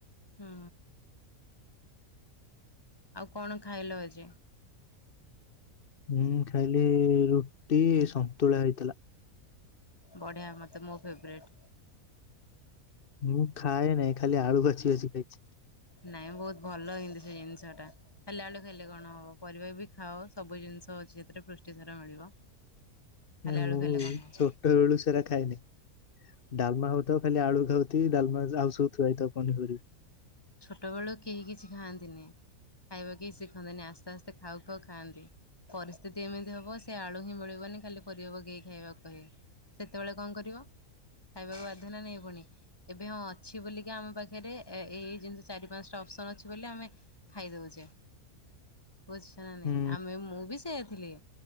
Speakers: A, on the left; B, on the left.
A: ହୁଁ ଆଉ କଣ ଖାଇଲ ଆଜି?
B: ମୁଁ ଖାଇଲି ରୁଟି ସନ୍ତୁଳା ହେଇଥିଲା।
A: ବଢ଼ିଆ ମତେ ମୋ ଫେବରେଟ୍।
B: ମୁଁ ଖାଏ ନାହିଁ ଖାଲି ଆଳୁ ବାଛି ବାଛି ଖାଇଛି।
A: ନାଇଁ ବହୁତ୍ ଭଲ ଏମିତି ସେ ଜିନିଷଟା। ଖାଲି ଆଳୁ ଖାଇଲେ କଣ ହବ? ପରିବା ବି ଖାଅ ସବୁ ଜିନିଷ ଅଛି ସେଥିରେ ପୃଷ୍ଟିସାର ମିଳିବ। ଖାଲି
B: ନାଇ
A: ଆଳୁ
B: ମୁଁ
A: ଖାଇଲେ କଣ ହବ
B: ଛୋଟବେଳୁ ସେରା ଖାଇନି। ଡାଲମା ହଉଥାଉ ଖାଲି ଆଳୁ ଖାଉଥିବି ଡାଲମା ଜ ଆଉ ସବୁ ଥୁଆ ହେଇଥାଉ ପନିପରିବା।
A: ଛୋଟବେଳୁ କେହି କିଛି ଖାଆନ୍ତିନି ଖାଇବା କେହି ଶିଖନ୍ତିନି ଆସ୍ତେ ଆସ୍ତେ ଖାଉ ଖାଉ ଖାଆନ୍ତି। ପରିସ୍ଥିତି ଏମିତି ହବ ସେ ଆଳୁ ହିଁ ମିଳିବନି ଖାଲି ପରିବା ପକେଇ ଖାଇବାକୁ କହିବେ। ସେତେବେଳେ କଣ କରିବ? ଖାଇବାକୁ ବାଧ୍ୟ ନା ନାଇଁ ପୁଣି ଏବେ ହଁ ଅଛି ବୋଲିକି ଆମ ପାଖରେ ଏ-ଏଇ। ଯେମିତି ଚାରି ପାଞ୍ଚଟା ଅପସନ୍ ଅଛି ବୋଲି ଆମେ ଖାଇଦଉଛେ। ବୁଝୁଛ ନା ନାଇଁ
B: ହୁଁ
A: ଆମେ ମୁଁ ବି ସେଇଆ ଥିଲି।